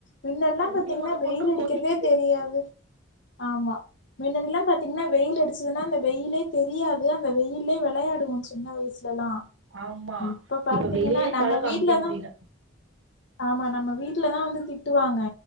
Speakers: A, on the left; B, on the right.
A: முன்னெல்லா
B: தண்ணி
A: பாத்தீங்கன்னா
B: முத
A: வெயில்
B: கொண்டு
A: அடிக்கிறதே
B: கொதிக்குது
A: தெரியாது ஆமா மின்னதெல்லா பாாரத்தீங்கன்னா வெயில் அடிச்சதுன்னா அந்த வெயிலே தெரியாது அந்த வெயிலே விளையாடுவோ சின்ன வயசுல லலா
B: ஆமா
A: இப்ப பாத்தீங்கன்னா
B: வெளியே
A: நம்ம
B: தலை காமிக்க
A: வீட்டுலதா
B: முடியல
A: ஆமா நம்ம வீட்டுலதா வந்து திட்டுவாங்க